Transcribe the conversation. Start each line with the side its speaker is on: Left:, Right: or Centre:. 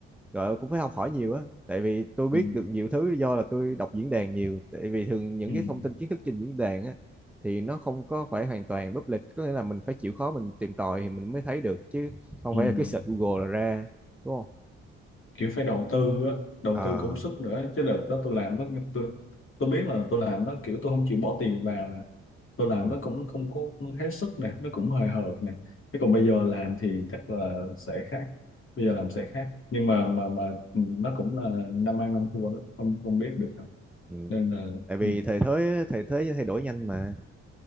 Centre: gọi là cũng phải học hỏi nhiều á tại vì tôi biết
Left: ừ,
Centre: được nhiều thứ do là tôi đọc diễn đàn nhiều tại vì thường những
Left: ừ,
Centre: cái thông tin kiến thức trên diễn đàn á thì nó không có phải hoàn toàn public có nghĩa là mình phải chịu khó mình tìm tòi thì mình mới thấy được chứ không
Left: ừ.
Centre: phải
Left: ừ.
Centre: là cứ search Google là ra đúng không
Left: kiểu phải đầu tư á, đầu
Centre: à
Left: tư công sức nữa chứ đợt đó tôi làm nó tôi, tôi biết là tôi làm nó kiểu tôi không chịu bỏ tiền vào nè tôi làm
Centre: ừ,
Left: nó cũng không có hết sức nè nó cũng hời hợt nè thế còn bây giờ làm thì chắc là sẽ khác bây giờ làm sẽ khác nhưng mà mà mà ừ, nó cũng là năm ăn năm thua đó không không biết được đâu
Centre: ừ.
Left: nên là
Centre: tại vì
Left: ừ,
Centre: thời thế thời thế thay đổi nhanh mà